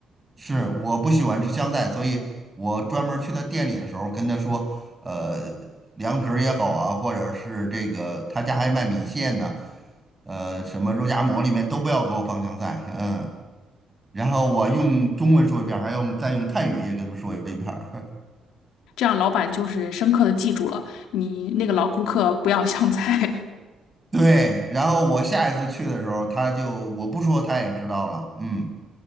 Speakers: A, on the right; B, on the left.
A: 是我不喜欢吃香菜，所以我专门儿去他店里的时候跟他说，呃，凉皮儿也好啊，或者是这个他家还卖米线呢，呃，什么肉夹馍里面都不要给我放香菜，嗯，然后我用中文说一遍儿还用再用泰语也跟他们说一遍儿
B: 这样老板就是深刻的记住了你那个老顾客不要香菜。
A: <laughs> 对，然后我下一次去的时候，他就我不说他也知道了，嗯。